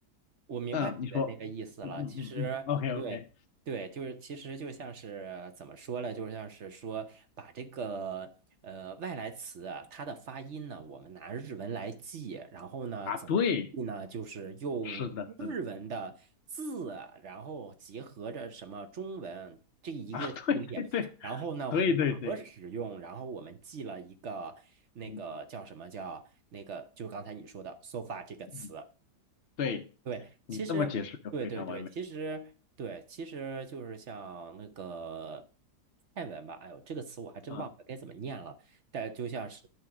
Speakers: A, on the right; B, on the left.
A: 我明白你的那个意思了。
B: 嗯，你说，嗯嗯嗯嗯，OK
A: 其实，对对，
B: OK，
A: 就是其实就像是怎么说呢？就像是说把这个呃外来词啊它的发音呢，我们拿日文来记，然后呢怎么记呢？
B: 啊，对，
A: 就是用日文的字啊，
B: 是的，是的，
A: 然后结合着什么中文这一个系列，
B: 啊，对对对
A: 然后呢混合使用，
B: 对对对，
A: 然后我们记了一个那个叫什么叫那个，
B: 嗯
A: 就刚才你说的 “sofa” 这个词。
B: 嗯，对
A: 对，
B: 你这么解释就非常完美，
A: 其实，对对对，其实对，其实就是像那个泰文吧，哎呦，这个词我还真忘了该怎么念了。
B: 嗯
A: 但就像是